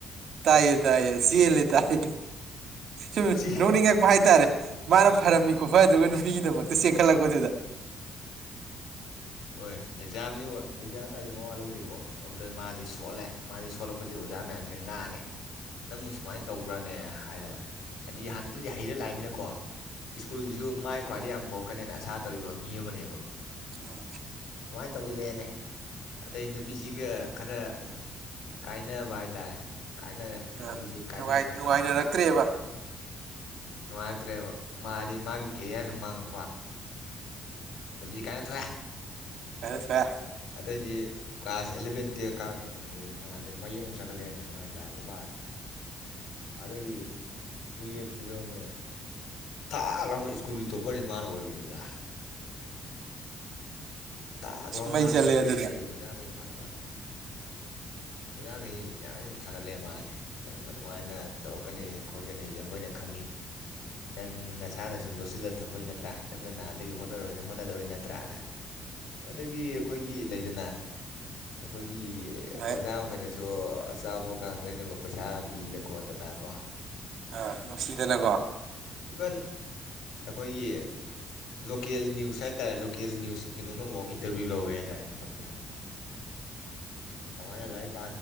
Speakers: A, on the right; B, on the left.
A: ꯇꯥꯏꯌꯦ ꯇꯥꯏꯌꯦ ꯆꯦꯜꯂꯦ ꯇꯥꯏꯌꯦ ꯁꯨꯝ
B: ꯆꯦ
A: ꯅꯣꯛꯅꯤꯡꯉꯛꯄ ꯍꯥꯏꯇꯥꯔꯦ ꯃꯥꯅ ꯐꯔꯝꯃꯤ ꯈꯨꯐꯗꯨꯒ ꯅꯨꯄꯤꯒꯤꯗꯃꯛꯇ ꯆꯦꯟꯈꯠꯂꯛꯄꯗꯨꯗ
B: ꯍꯣꯏ ꯑꯦꯛꯖꯥꯝꯅꯤ ꯑꯦꯛꯖꯥꯝ ꯀꯥꯏꯔꯤ ꯃꯋꯥ ꯂꯧꯗꯦꯀꯣ ꯑꯗꯨꯗ ꯃꯥꯁꯤ ꯁꯣꯜꯂꯦ ꯃꯥꯁꯦ ꯁꯣꯜꯂꯛꯄꯁꯤ ꯑꯣꯖꯥ ꯃꯌꯥꯝꯁꯤꯅ ꯉꯥꯡꯉꯦ ꯅꯪꯕꯨ ꯁꯨꯃꯥꯏꯅ ꯇꯧꯕ꯭ꯔꯥꯅꯦ ꯍꯥꯏꯅ ꯍꯥꯏꯗꯤ ꯍꯥꯟꯗꯗꯤ ꯍꯩꯔ ꯂꯥꯛꯏꯃꯤꯅꯀꯣ ꯁ꯭ꯀꯨꯜꯒꯤꯁꯨ ꯃꯥꯏ ꯈ꯭ꯋꯥꯏꯗꯩꯩ ꯌꯥꯝ ꯄꯣꯔꯛꯀꯅꯦꯅ ꯑꯁꯥ ꯇꯧꯔꯤꯕ ꯃꯤ ꯑꯃꯅꯦꯕ꯫
A: ꯑꯥ
B: ꯇꯧꯒꯜꯂꯛꯑꯦꯅꯦ ꯑꯗꯩ ꯅꯨꯄꯤꯁꯤꯒ ꯈꯔ ꯀꯥꯏꯅꯕ ꯍꯥꯏꯇꯔꯦ ꯀꯥꯏꯅꯔꯦ
A: ꯑ
B: ꯅꯨꯄꯤꯁꯦ ꯀꯥꯏꯅꯕ
A: ꯅꯨꯡꯉꯥꯏ
B: ꯃꯇꯝ
A: ꯅꯨꯡꯉꯥꯏꯅꯔꯛꯇ꯭ꯔꯦꯕ
B: ꯑꯣꯏꯔꯦ ꯅꯨꯡꯉꯥꯏꯔꯛꯇ꯭ꯔꯦꯕ ꯃꯥꯗꯤ ꯃꯥꯒꯤ ꯀꯦꯔꯤꯌꯥꯔꯁꯨ ꯃꯥꯡꯉꯛꯄ ꯅꯨ ꯀꯥꯏꯅ ꯊꯣꯛꯑꯦ꯫
A: ꯀꯥꯏꯅ ꯊꯣꯛꯑꯦ꯫
B: ꯑꯗꯩꯗꯤ ꯀ꯭ꯂꯥꯁ ꯑꯦꯂꯚꯦꯟ ꯇꯨꯌꯦꯞ ꯀꯥꯔꯛꯄ ꯃꯇꯝꯁꯤꯗꯗꯤ ꯃꯥꯁꯦ ꯃꯩ ꯑꯃꯨꯛ ꯆꯈꯠꯂꯛꯑꯦꯅꯦ ꯃꯥ ꯂꯥꯏꯔꯤꯛ ꯈꯨꯄꯁꯦ ꯑꯗꯒꯤ ꯇꯨꯌꯦꯞꯁꯤꯗ ꯑꯃꯨꯛ ꯊꯥꯛ ꯂꯞꯃꯩ ꯁ꯭ꯀꯨꯜꯒꯤ ꯇꯣꯞꯄꯔꯁꯤ ꯃꯥꯅ ꯑꯣꯏꯕꯅꯤꯗ꯫ ꯇꯥꯛ ꯂꯥꯎꯅꯅꯦ
A: ꯃꯩ
B: ꯃꯥ ꯑꯣꯏꯊꯦꯛꯑꯦ
A: ꯆꯠꯂꯦ ꯑꯗꯨꯗꯤ
B: ꯑꯗꯩꯗꯤ ꯑꯣꯖꯥꯈꯣꯏ ꯊꯥꯒꯠꯂꯦ꯫ ꯑꯣꯖꯥꯈꯩꯁꯤ ꯌꯔꯤꯈꯩ ꯊꯥꯒꯠꯂꯛꯑꯦ ꯃꯥꯁꯦ ꯅꯪ ꯑꯗꯨꯃꯥꯏꯅ ꯇꯧꯔꯛꯀꯅꯤ ꯈꯣꯠꯀꯅꯤꯁꯦ ꯑꯩꯈꯣꯏꯅ ꯈꯪꯉꯤ ꯅꯪ ꯅꯁꯥꯅ ꯁꯨꯝ ꯂꯣꯠꯁꯤꯜꯂꯒ ꯊꯝꯕꯩ ꯅꯠꯇ꯭ꯔꯥ ꯅꯪꯅ ꯅꯍꯥꯟꯗꯒꯤ ꯍꯣꯠꯅꯔꯣꯏꯅ ꯍꯣꯠꯅꯗꯕꯩ ꯅꯠꯇ꯭ꯔꯥꯅ ꯑꯗꯒꯤ ꯑꯩꯈꯣꯏꯒꯤ ꯂꯩꯗꯅ ꯑꯈꯣꯏ <unintelligible> ꯑꯩꯈꯣꯏꯅꯁꯨ
A: ꯑꯗꯩ
B: ꯑꯆꯥꯄꯣꯠ ꯀꯥꯡ ꯂꯩꯅꯕ ꯄꯩꯁꯥ ꯄꯤꯗꯅ ꯈꯣꯠꯇꯅꯀꯣ
A: ꯑꯥ ꯅꯨꯡꯁꯤꯗꯅꯀꯣ
B: ꯏꯚꯟ ꯑꯩꯈꯣꯏꯒꯤ ꯂꯣꯀꯦꯜ ꯅ꯭ꯌꯨꯁ ꯍꯥꯏꯇꯥꯔꯦ ꯂꯣꯀꯦꯜ ꯅ꯭ꯌꯨꯁꯀꯤ ꯀꯩꯅꯣꯅ ꯕꯥꯎ ꯏꯟꯇꯔꯚ꯭ꯌꯨ ꯂꯧꯋꯦ ꯍꯥꯏꯇꯥꯔꯦ ꯃꯇꯝꯗꯨꯗ ꯀꯃꯥꯢꯅ ꯂꯥꯏꯛ